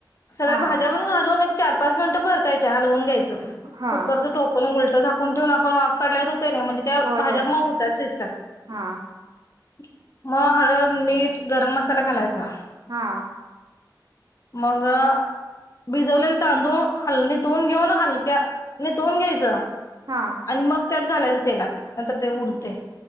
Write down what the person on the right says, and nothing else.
हा
हा
होय
होय
हा
हा
हा